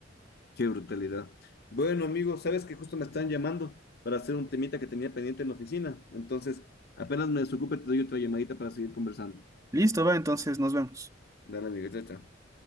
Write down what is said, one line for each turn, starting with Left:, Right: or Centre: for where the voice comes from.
Left: Qué brutalidad. Bueno, amigo, sabes que justo me están llamando para hacer un temita que tenía pendiente en la oficina. Entonces, apenas me desocupe, te doy otra llamadita para seguir conversando.
Right: Listo, va, entonces nos vemos.
Left: Dale, amigo, chao, chao.